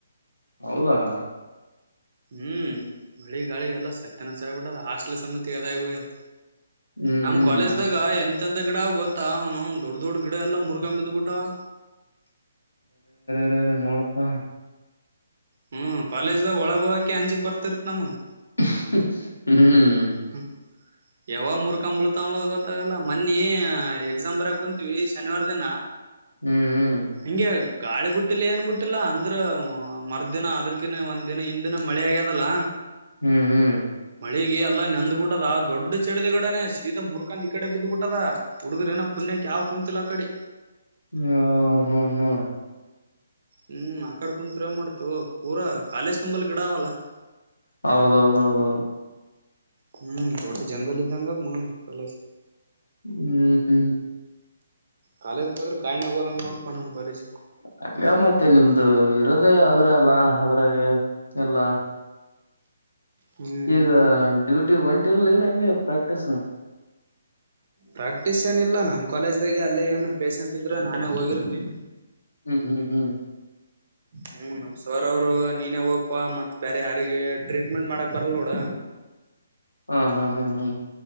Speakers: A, on the left (about 80°); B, on the right (about 55°).
A: ಹೌದಾ
B: ಹ್ಮ್ ಮಳಿ ಗಾಳಿಿಗೆ ಎಲ್ಲ ಸತ್ಯನಾಶ ಆಗಿಬಿಟ್ಟದ ಹಾಸ್ಟ್ಲ ಸಮತಿ ಅದೇ ಅಗಿ ಹೊಗೆದ.
A: ಹ್ಮ್
B: ನಮ
A: ಹ್ಮ್
B: ಕಾಲೇಜ ದಾಗ ಎಂತ. ಇಂತ ಗಿಡ ಗೊತ್ತಾ ಅವನೌನ ದೊಡ್ಡ ದೊಡ್ ಗಿಡ ಎಲ್ಲ ಮುರ್ಕಂಬ ಬಿದ್ ಬಿಿಟ್ಟವ.
A: <unintelligible> ನೋಡಪಾ
B: ಹ್ಮ್ ಕಾಲೇಜ್ದಾಗ ಒಳಗ ಹೋಗೋಕೆ ಅಂಜಿಕ್ ಬರ್ತಿರತ್ತತ್ ನಮಗ.
A: ಹ್ಮ ಹ್ಮ್
B: ಹ್ಮ ಯಾವಾಗ ಮುರ್ಕೊ್ ಬಳತಾವಂಬದ ಗೊತ್ತಾಗಲ್ಲ ಮನ್ನಿ ಎಕ್ಸಾಮ್ ಬರಿಯಾಕ್ ಬಂದಿವಿ ಶನಿವಾರ ದಿನ.
A: ಹ್ಮ್ ಹ್ಮ್
B: ಹಂಗೆ ಗಾಳಿ ಬುಟ್ಟಿಲ್ಲ ಏನ್ಬ ಬಿಟ್ಟಿಲ್ಲ ಅಂದ್ರ ಮರ್್ದಿನ ಅದಕಿನ ಒಂದ್ ದಿನ ಹಿಂದ ದಿನ ಮಳೆ ಆಗ್ಯದಲ್ಲ
A: ಹ್ಮ್ ಹ್ಮ್
B: ಮಳಿಗಿ <unintelligible> ಎಲ್ಲ ನೆಂದ್ಬ ಬಿಟ್ಟದ ದೊಡ್ ಚಡದಿ ಗಿಡನನೆ ಸೀದಾ ಮುರ್ಕಂದ್ ಈ ಕಡೆ ಬಿದ್ದ್ಬ ಬಿಟ್ಟದ ಹುಡುಗ್ರ ಏನ ಪುಣ್ಯಕ್ಕೆ ಯಾವ ಕುಂತಿಲ್ಲ ಆ ಕಡಿ.
A: ಹ ನೋಡ್ ನೋಡ್
B: ಹ್ಮ್ ಆಕಡ್ ಕುತ್ ಮಾಡ್ತು ಪೂರ ಕಾಲೇಜ್ ತುಂಬಲ್ <unintelligible> ವಲ್ಲ
A: ಹೌದ ಹೌದ ಹೌದ ಹೌದೆ
B: ಹ್ಮ್ ದೊಡ್ಡ ಜಂಗಲ್ ಇದ್ದಂಗ ಅದ ಮಗಂದ ಕಾಲೇಜ್.
A: ಹ್ಮ್ಹ್ ಹ್ಮ್ಮ್
B: ಕಾಲೇಜ್ ಹೋದ್ರ ಕಾಡ್ ನ್ಯಾಗ ಹೋದಂಗ ನೋಡ್ಪಾ ನಮ್ ಕಾಲೇಜ್.
A: ಹಂಗ ಮತ್ತೆ ನಿಮ್ದು ಇರೋದೇ ಅದ್ರ ಅಲ್ಲ ಅದ್ರಾಗ ಎಲ್ಲ.
B: ಹ್ಮ್
A: ಈಗ ಡ್ಯೂಟಿಗಿ ಹೊಂಟಿಲಲಿ ಏನ ಹಂಗೆ ಪ್ರಾಕ್ಟೀಸ್.
B: ಪ್ರಾಕ್ಟೀಸ್ ಏನ ಇಿಲ್ಲ ನಮ್ಮ್ ಕಾಲೇಜ್ದಾಗ ಅಲ್ಲೇ ಏನು ಪೇಶೆಂಟ್ ಇದ್ರೆ ನಾನೇ ಹೋಗಿರ್ತನಿ.
A: ಹ್ಮ್ ಹ್ಮ್ ಹ್ಮ್
B: ಹ್ಮ ನಮ್ ಸರ್ ಅವರು ನೀನೇ ಹೋಗ್ಪಾ ಮತ್ತತ್ ಬೇರೆ ಯಾರಿಗೆ ಟ್ರೀಟ್ಮೆಂಟ್ ಮಾಡಕ್ ಬರಲ್ೋಡ.
A: ಹಾ ಹಾ ಹಾ ಹಾ